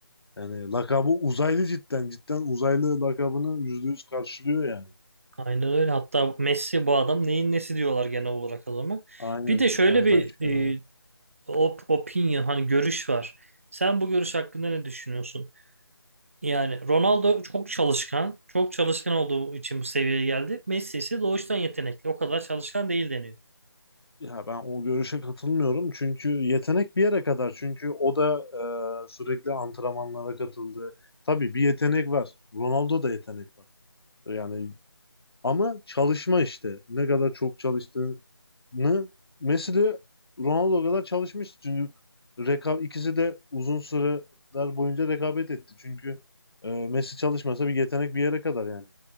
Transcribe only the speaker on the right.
Aynen öyle. Hatta Messi bu adam neyin nesi diyorlar genel olarak adama.
Bir de şöyle
bir
e, op opinion hani görüş var. Sen bu görüş hakkında ne düşünüyorsun? Yani Ronaldo çok çalışkan. Çok çalışkan olduğu için bu seviyeye geldi. Messi ise doğuştan yetenekli. O kadar çalışkan değil deniyor.